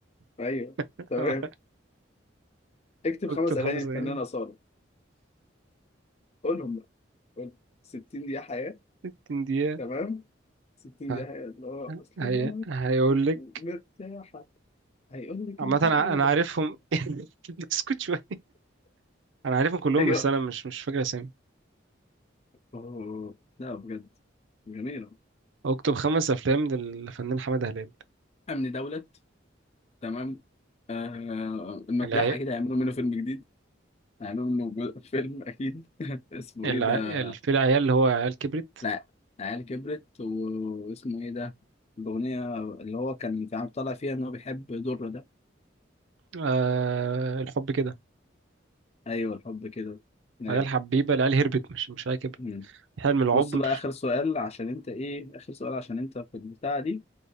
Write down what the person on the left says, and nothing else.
ايوه
تمام اكتب
خمس اغاني
الفنانة
سارة قولهم بقى قول 60 دقيقة حياة
تمام 60
دقيقة حياة اللي هو اصل
انا
مرتاحة هيقول لك
انت
الاولى
ايوه
اوه لا بجد جميلة
امن دولة تمام آه المداحة
كده هيعملوا منه فيلم جديد هيعملوا منه جو- فيلم اكيد <laughs> اسمه
ايه ده
لا العيال كبرت و- واسمه ايه ده الأغنية اللي هو كان في عم طالع فيها إن هو بيحب درة ده
أيوه الحب كده أيوه
مم.
بص بقى آخر سؤال عشان أنت إيه آخر سؤال عشان أنت في البتاعة دي